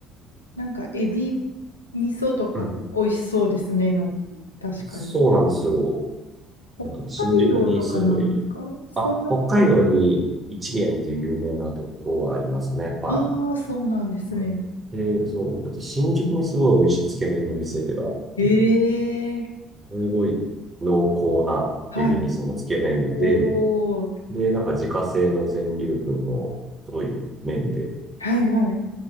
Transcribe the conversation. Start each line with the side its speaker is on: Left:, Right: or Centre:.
Left: なんかエビ味噌とか美味しそうですね。
Right: うん。
Left: の、確かに。
Right: そうなんですよ。
Left: 北海道とかなんですかそんなこと
Right: なんか新宿にすごい、あ、北海道に一元っていう有名なとこはありますね。はい。
Left: ああ、そうなんですね。
Right: あで、そう、だって新宿にすごい美味しいつけ麺の店があって、
Left: ええ
Right: すごい濃厚なエビ味噌のつけ麺で、
Left: はい。おお、
Right: で、なんか自家製の全粒粉の太い麺で
Left: はいはい。